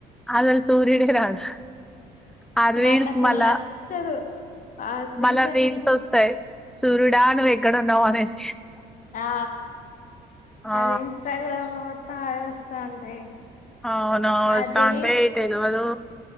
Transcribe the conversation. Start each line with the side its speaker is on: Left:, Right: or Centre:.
Centre: అసలు సూర్యుడే రాడు ఆ రీల్స్
Left: నాకు అసలు
Centre: మల్ల
Left: నచ్చదు ఆ సీజన్
Centre: మల్ల రీల్స్
Left: అంటే
Centre: ఒస్తాయి సూర్యుడా నువ్వు ఎక్కడ ఉన్నావు అనేసి
Left: ఆ
Centre: ఆ!
Left: అది ఇన్స్టాగ్రామ్ లో మొత్తం ఆవేఒస్తా ఉంటాయి
Centre: అవునవును వస్తా
Left: అది
Centre: అంటే తెలువదు